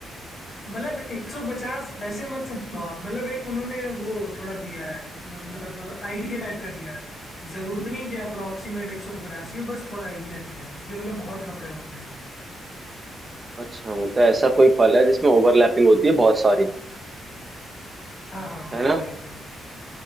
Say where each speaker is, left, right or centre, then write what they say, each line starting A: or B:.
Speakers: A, on the left; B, on the right.
A: मतलब 150 वैसे मत समझो आप मतलब एक उन्होंने वो थोड़ा दिया है मतलब आइडिया टाइप का दिया है जरूरी नहीं कि अप्रोक्सीमेट 150 ही हो बस थोड़ा आइडिया दिया है जैसे कि मतलब बहुत कपड़े होते हैं
B: अच्छा मतलब ऐसा कोई फल है जिसमें ओवरलैपिंग होती है बहुत सारी
A: हाँ हाँ वही
B: है ना
A: वही वही